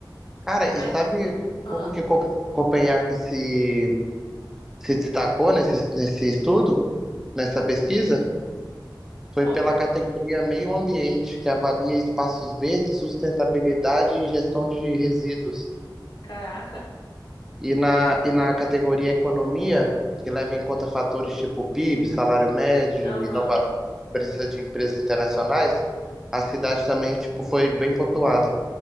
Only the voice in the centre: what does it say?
Cara, e
sabe
como que Co- Copenhague se, se destacou nesse, nesse estudo, nessa pesquisa? Foi
pela categoria Meio Ambiente, que avalia espaços verdes, sustentabilidade e gestão de resíduos.
E na, e na categoria Economia, que leva em conta fatores tipo PIB, salário médio,
inovação, presença de empresas internacionais, a cidade também tipo, foi bem pontuada.